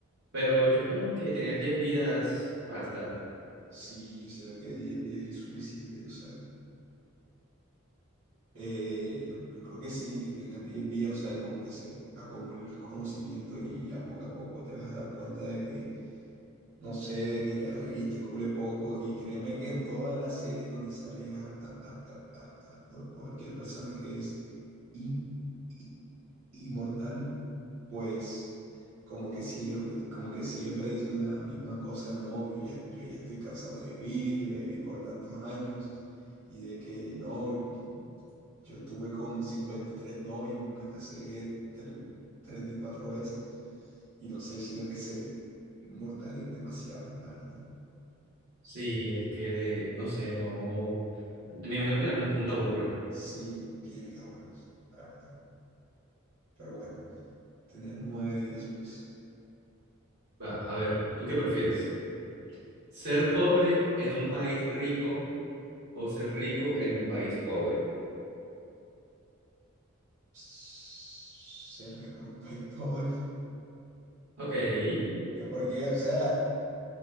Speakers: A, on the right (about 55°); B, on the right (about 70°).
A: Pero yo creo que tener 10 vidas basta.
B: Sí, yo siento que 10 vidas es suficiente, o sea. Eh, yo, yo creo que sí, que tengas 10 vías, o sea, y como que se acumule el conocimiento y ya poco a poco te vas a dar cuenta de que, no sé, de que ya viviste cule poco y créeme que en todas las series donde sale a, a- a- a- a- a cual- cualquier persona que es in- i- inmortal, pues como que siempre, como que siempre dicen la misma cosa, no, yo ya, yo ya estoy cansado de vivir, yo ya viví por tantos años y de que no. Yo estuve con 53 novios, me casé tre- 34 veces y no sé, siento que ser inmortal es demasiado, la verdad.
A: Sí, es que de, no sé, no. Me imagino que en algún punto aburre.
B: Sí, tiene que aburrir, la verdad. Pero bueno, tener nueve vidas, pues,
A: Va, a ver, ¿tú qué prefieres? ¿Ser pobre en un país rico o ser rico en un país pobre?
B: ser rico en un <laughs> país pobre.
A: Ok, en
B: Es porque, o sea,